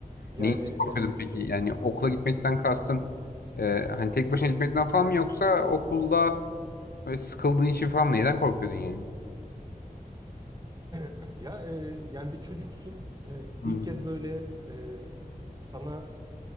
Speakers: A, on the right; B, on the left.
A: Yani
B: Neyinden
A: e,
B: korkuyordun peki? Yani okula gitmekten kastın e, hani tek başına gitmekten falan mı yoksa okulda böyle sıkıldığın için falan mı? Neden korkuyordun yani?
A: <clears throat> ya e, yani bir çocuksun. E,
B: Hmm.
A: ilk kez böyle e, sana